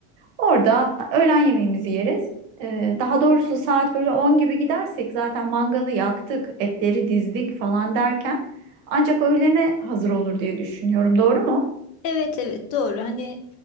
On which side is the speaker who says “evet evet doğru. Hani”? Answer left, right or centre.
Left